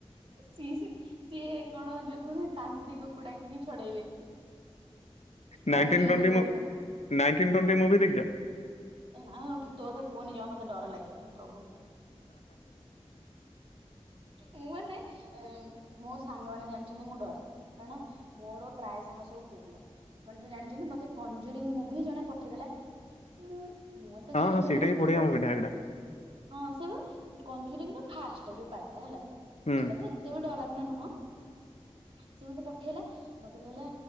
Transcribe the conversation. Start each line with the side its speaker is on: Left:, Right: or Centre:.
Right: ସିଏ ସିଏ କଣ ଯୋଉ କୁହନ୍ତି ତାନ୍ତ୍ରିକ କୁ ଡାକିକି ଛଡେଇବେ।
Left: ନାଇଣ୍ଟିନ
Right: ବନ୍ଦୀ ବନେଇଦେବେ ତମକୁ।
Left: ଟୋଣ୍ଟି ମୁଭି ଦେଖିଚ?
Right: ଏ ନା ଭୂତ କଥା କୁହନି ଜମା ମତେ ଡର ଲାଗେ। ପ୍ରଭୁ ମୁଁ ମାନେ ମୋ ସାଙ୍ଗ ମାନେ ଜାଣିଛନ୍ତି ମୁଁ ଡରେ। କାରଣ ମୋର ପ୍ରାୟ ସାଙ୍ଗ ସବୁ ପୁଅ ପିଲା। ସେମାନେ ସବୁ ଜାଣିଛନ୍ତି ମତେ କଂଞ୍ଜୁରି ମୁଭି ଜଣେ ପଠେଇଦେଲା
Left: <inaudible>
Right: ମୁଁ ମୁଁ ଏତେ
Left: ହଁ
Right: ଜାଣିପାରିଲିନି
Left: ହଁ ସେଇଟା ବି
Right: କି
Left: ବଢିଆ
Right: ହଉ।
Left: ମୁଭିଟା ହେଟା
Right: ହଁ ସେ କଂଜୁରିଂ ର ଫାଷ୍ଟ ଯୋଉ ପାର୍ଟ ହେଲା।
Left: ହୁଁ।
Right: ସେଟା ତ ଏତେ ବି ଡରାବନା ନୁହଁ। ସିଏ ମତେ ପଠେଇଲା। ମତେ କହିଲା